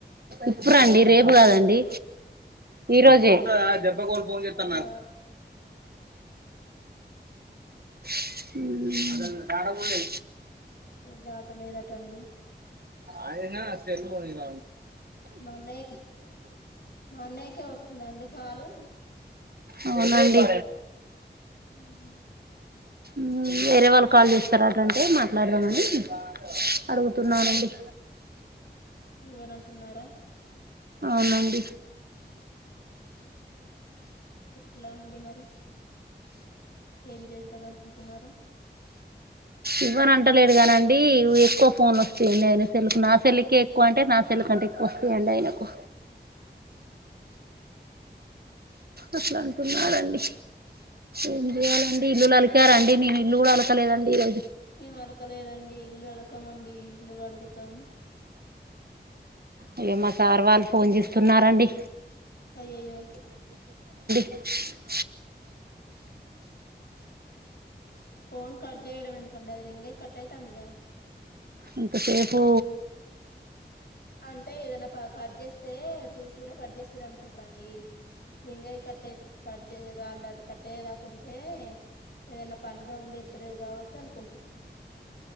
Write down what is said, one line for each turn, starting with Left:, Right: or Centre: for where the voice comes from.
Right: ఇప్పుడుండి రేపు కాదండి ఈరోజే దెబ్బ ఫోన్ చెస్తా
Left: అవునా
Right: నాకు మ్మ్ చండాలంగా ఉంది
Left: డాట లేదటండి
Right: అది సెల్ పోయిన
Left: మ అన్నయకి మ అన్నయకే వస్తుందండి కాలు
Right: అవునండి
Left: హ్మ్
Right: మ్మ్ వేరే వాళ్ళు కాల్ చేస్తారాటంటే మాట్లాడదామని అడుగుతున్నానండి
Left: ఇవ్వను అంటున్నారా
Right: అవునండి
Left: ఎట్లా అండి మరి ఏం చేద్దాం అనుకుంటున్నారు
Right: ఇవ్వని అంటలేడు కానీ అండి ఎక్కువ ఫోన్ వస్తాయండి ఆయన సెల్ కి నా సెల్లుకే ఎక్కువ అంటే నా సెల్లు క అంటే ఎక్కువ వస్తాయంండి ఆయనకు అట్లా అంటున్నాడుండి ఏం చెయాలండి ఇల్లులు అలకారండి నేను ఇల్లు కూడా అలకలేదండి ఈ రజు
Left: మేము అలకలేదండి ఇల్లు అలకమండి ఇల్లు కడుగు త్తం
Right: అయ్యా మా సార్ వాళ్ళు ఫోన్ చేస్తున్నారండి
Left: అయ్యయ్యో
Right: ప
Left: ఫోన్ కట్చెయడం ఎందుకండి అది రింగయి కట్టయితంది గా
Right: ఇంతసేపూ
Left: అంటే ఏదన్నా ప కట్ చేస్తే చూసి కూడా కట్ చేసీరు అనుకుంటరండి రింగై కట్టై కట్ చేయ్ లేక కట్టయ్యేదాకుంటే ఏదన్నా పనిలో ఉండి ఎత్తలేేది కావచ్చు అనుకుంట్రు